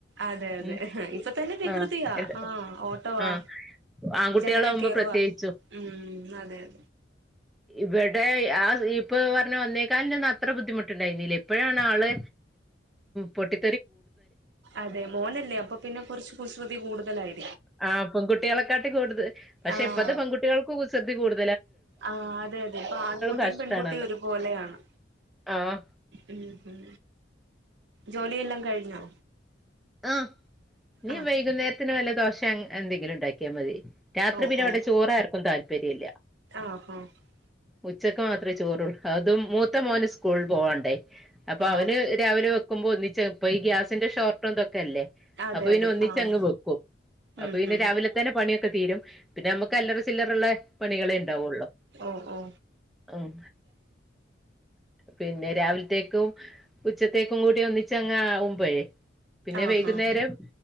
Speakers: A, on the right; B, in the centre.
A: അതെ അതെ
B: ഉം
A: ഇപ്പൊ തന്നെ വികൃതിയാ
B: ആഹ് എന്താ
A: ആഹ് ഓട്ടവാ
B: ആഹ് ആങ്കുട്ട്യാളമ്പോ
A: ജനലേ കേറുവാ
B: പ്രത് യേച്ചും
A: ഉം അതെ അതെ
B: ഇവിടെ ആ ഇപ്പോ പർഞ്ഞെ ഒന്നേ കാൽനൊന്നും അത്ര ബുദ്ധിമുട്ടിണ്ടായിര്ന്നില്ല ഈപ്പൊഴാണ് ആള് പൊട്ടി
A: അതെ മോനല്ലേ അപ്പോ പിന്നെ കൊർച്ച് കുസൃതി കൂടുതലായി
B: ആ പെങ്കുട്ട്യാളെക്കാട്ടിം കൂടുതൽ പഷെപ്പത്തെ
A: ആഹ്
B: പെങ്കുട്ട്യാൾക്കും കുസൃതി കൂടു
A: ആഹ് അതെ അതെ ഇപ്പോ ആൺകുട്ടിം
B: കഷ്ടാണെന്ന്
A: പെൺകുട്ടിം ഒരുപോലെയാണ്
B: ആഹ്
A: ഉം ഉം ജോലിയെല്ലാം കഴിഞ്ഞോ?
B: ആ ഇനി
A: ആഹ്
B: വൈകുന്നേര്ത്തിന് വല്ല ദോശെ എന്തെങ്കിലും ഇണ്ടാക്കിയാ മതി രാത്രി
A: ഓ
B: പിന്നെ ഇവിടെ
A: ഓ
B: ചോറ് ആർക്കും താല്പര്യെല്ല
A: ആഹ് ആഹ്
B: ഉച്ചക്ക് മാത്രേ ചോറുള്ള് അതും മൂത്ത മോന് സ്കൂൾ പോവാണ്ടേ അപ്പോ അവന്
A: ആഹ്
B: രാവിലെ വെക്കുമ്പോ ഒന്നിച്ച് ഇപ്പം ഈ ഗ്യാസിന്റെ ഷോർട്ടും ഇതൊ ക്കല്ലേ
A: അതെ
B: അപ്പോ പിന്നെ
A: അതെ
B: ഒന്നിച്ചങ്ങ്
A: ആഹ്
B: വെക്കും അപ്പോ
A: ഉം
B: പിന്നെ
A: ഉം
B: രാവിലെ തന്നെ പണിയൊ ക്കെതീരും പിന്നമ്മക്ക് അല്ലറ ചില്ലറല്ലെ പണികളെ ഇണ്ടാവൊള്ളൂ
A: ഓ ഓ
B: ഉം പിന്നെ രാവിൽത്തേക്കും ഉച്ചത്തേക്കും കൂടി ഒന്നിച്ചങ്ങാമ്പോഴേ പിന്നെ
A: ആഹ്
B: വൈകുന്നേരം